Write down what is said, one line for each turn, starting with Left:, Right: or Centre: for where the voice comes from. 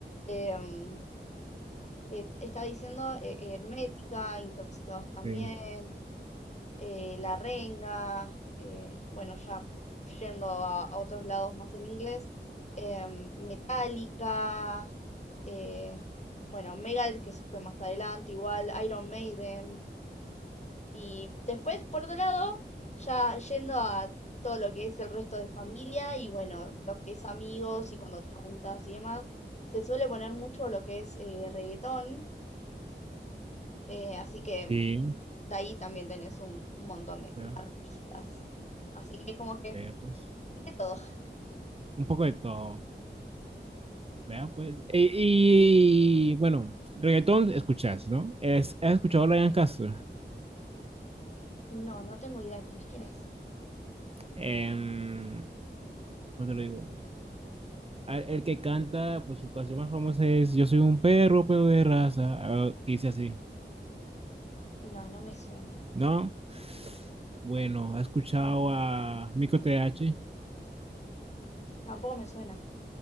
Left: em, est- está diciendo eh, eh, hermética, intoxicados también,
Right: Sí,
Left: eh, la renga, eh, bueno, ya yendo a, a otros lados más en inglés, em, metálica, eh, bueno, Megadeth, que eso fue más adelante, igual Iron Maiden, y después, por otro lado, ya yendo a todo lo que es el resto de familia y bueno, lo que es amigos y cuando te juntas y demás, se suele poner mucho lo que es eh, reggaetón, eh, así que
Right: sí,
Left: de ahí también tenés un, un montón de
Right: vea,
Left: artistas. Así que como que
Right: vea, pues.
Left: de todo.
Right: Un poco de todo, vea pues. E- Y, bueno, reggaetón escuchas, ¿no? Es, ¿has escuchado a Ryan Castro?
Left: No, no tengo idea quién es quién es.
Right: Em, ¿cómo te lo digo? A- El que canta, pues su canción más famosa es Yo soy un perro, pero de raza, ah, que dice así,
Left: No, no me suena.
Right: ¿no? Bueno, ¿has escuchado a Mico T H?
Left: Tampoco me suena.